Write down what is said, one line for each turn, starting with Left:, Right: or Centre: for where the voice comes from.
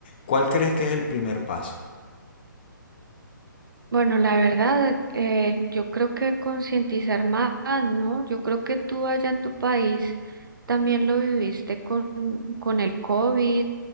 Left: ¿Cuál crees que es el primer paso?
Right: Bueno, la verdad, eh, yo creo que concientizar más, ¿no? Yo creo que tú allá en tu país también lo viviste con, con el COVID,